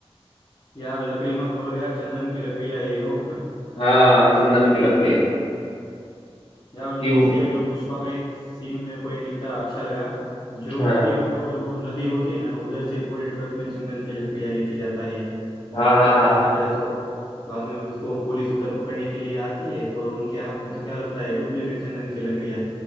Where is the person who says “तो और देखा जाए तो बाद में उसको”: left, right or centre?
Left